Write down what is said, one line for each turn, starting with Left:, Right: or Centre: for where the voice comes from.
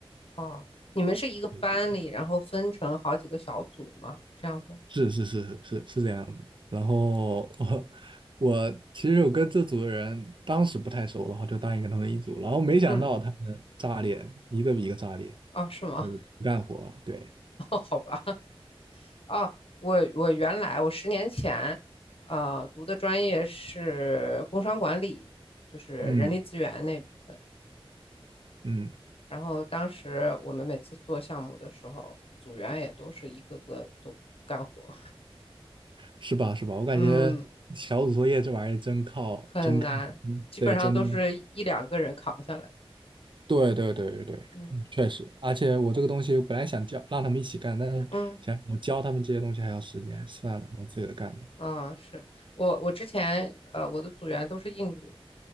Left: 哦，你们是一个班里，
Right: 我觉得
Left: 然后分成好几个小组吗？这样子？
Right: 是是是是是是这样子。然后我我其实我跟这组的人当时不太熟，然后就答应跟他们一组，然后没想到他们炸裂，
Left: 嗯
Right: 一个比一个炸裂，
Left: 哦，是吗？
Right: 就是不干活。对，
Left: <laughs> 好吧。哦，我我原来我十年前，呃，读的专业是工商管理，就是人力资源那部分。
Right: 嗯嗯，
Left: 然后当时我们每次做项目的时候，组员也都是一个个都不干活，
Right: 是吧是吧？我感觉小组作业这玩意儿真靠真看，
Left: 嗯，很难，
Right: 嗯对，
Left: 基本上都是一两个人扛下来。
Right: 真的对对对对对，
Left: 嗯
Right: 嗯确实，而且我这个东西本来想教让他们一起干，但是想我教他们这些东西还要时间，
Left: 嗯
Right: 算了，我自己干吧。
Left: 嗯，是我我之前呃我的组员都是印度人，